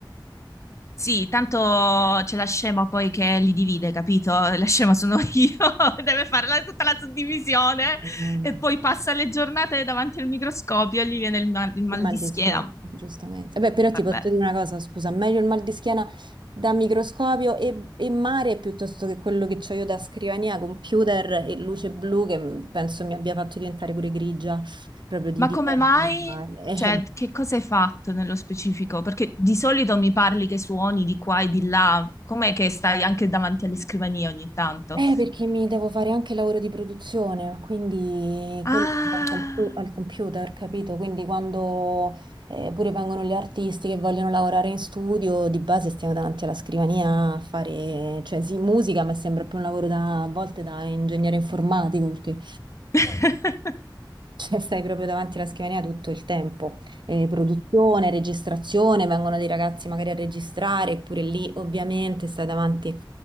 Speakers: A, on the left (about 40°); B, on the right (about 70°).
A: Sì, tanto c'è la scema poi che li divide, capito? La scema sono io, <laughs> deve fare la- tutta la suddivisione
B: Madonna.
A: e poi passa le giornate davanti al microscopio e gli viene il mal, il mal
B: Il mal
A: di
B: di
A: schiena.
B: schiena, giustamente. Beh, però ti
A: Vabbè.
B: posso dire una cosa, scusa, meglio il mal di schiena da microscopio e, e mare piuttosto che quello che ho io da scrivania, computer e luce blu che mm, penso mi abbia fatto diventare pure grigia, proprio di
A: Ma
B: dipendere.
A: come mai? Cioè, che cosa hai fatto nello specifico? Perché di solito mi parli che suoni di qua e di là, com'è che stai anche davanti alle scrivanie ogni tanto?
B: Eh, perché mi devo fare anche il lavoro di produzione, quindi
A: Ah.
B: quello al, compu- al computer, capito? Quindi quando eh, pure vengono gli artisti che vogliono lavorare in studio, di base stiamo davanti alla scrivania a fare, cioè sì, musica, ma sembra più un lavoro da, a volte da ingegnere informatico, perché
A: <laughs>
B: cioè, stai proprio davanti alla scrivania tutto il tempo. Eh, produzione, registrazione, vengono dei ragazzi magari a registrare, eppure lì ovviamente stai davanti